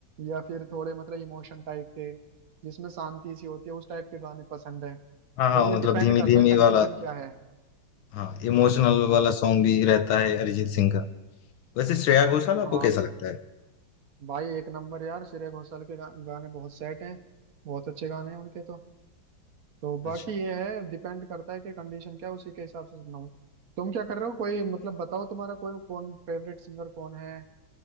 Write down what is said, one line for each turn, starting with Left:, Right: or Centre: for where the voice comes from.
Right: या फिर थोड़े मतलब इमोशन टाइप के जिसमें शांति सी होती है उस टाइप के गाने पसंद है
Left: हाँ हाँ
Right: तो ये
Left: मतलब
Right: डिपेंड
Left: धीमी
Right: करता
Left: धीमी
Right: है कंडीशन
Left: वाला
Right: क्या है
Left: हाँ इमोशनल
Right: हाँ
Left: वाला सॉन्ग भी रहता है अरिजीत सिंह का वैसे श्रेया घोषाल आपको
Right: हाँ
Left: कैसा लगता है
Right: भाई एक नंबर यार श्रेया घोषाल के गा, गाने बहुत सेट हैं बहुत अच्छे गाने हैं उनके तो तो
Left: अच्छा
Right: बाकी ये है डिपेंड करता है कि कंडीशन क्या है उसी के हिसाब से सुनना हो तुम क्या कर रहे हो कोई मतलब बताओ तुम्हारा कोई कौन फेवरेट सिंगर कौन है